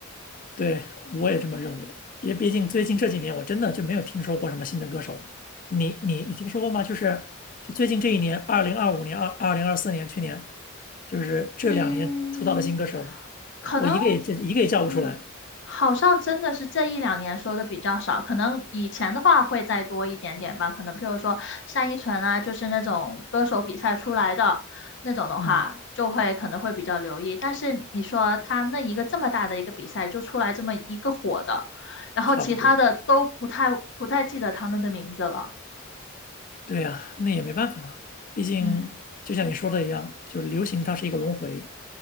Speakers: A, on the left; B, on the left.
A: 对，我也这么认为，因为毕竟最近这几年我真的就没有听说过什么新的歌手了。你你你听说过吗？就是就最近这一年，二零二五年、二二零二四年，去年就是这两年出道的新歌手，
B: 嗯，可能，
A: 我一个也一个也叫不出来。
B: 嗯，好像真的是这一两年说的比较少，可能以前的话会再多一点点吧。可能譬如说单依纯啊，就是那种歌手比赛出来的那种的话，
A: 嗯，
B: 就会可能会比较留意。但是你说他那一个这么大的一个比赛就出来这么一个火的，然后其他的都不太不太记得他们的名字了。
A: 差不多。对呀，那也没办法嘛，毕竟就像你说的一样，
B: 嗯，
A: 就是流行它是一个轮回，